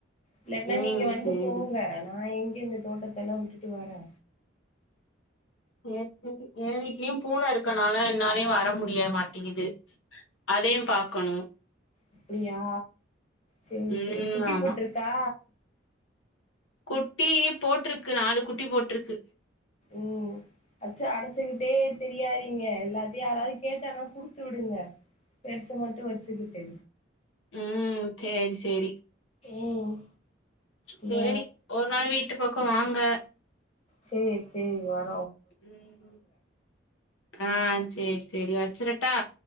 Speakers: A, on the left; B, on the left.
A: இல்லாட்னா
B: ம்
A: நீங்க வந்து
B: சேரி
A: போங்க நா எங் க இந்த தோட்டத்தெல்லா விட்டுட்டு வர
B: சேர் செரி எ வீட்லயு பூன இருக்கனால என்னாலயு வர முடிய மாட்டிங்குது அதையும் பாக்கணு
A: அப்படியா சேர்
B: ம்
A: சேரி குட்டி
B: ஆமா
A: போட்ருக்கா
B: குட்டி போட்ருக்கு நாலு குட்டி போட்ருக்கு
A: ம் வெச்ச அடைச்சுகிட்டே திரியாதிங்க எல்லாத்தையு யாராது கேட்டானா குடுத்து விடுங்க பெருச மட்டு வெச்சுகிட்டு
B: ம் சேரி செரி
A: ம் இந்த
B: சேரி ஒரு நாள் வீட்டு பக்க வாங்க
A: சேரி சேரி வர்
B: ம் ஆ சேரி சேரி வெச்சரட்டா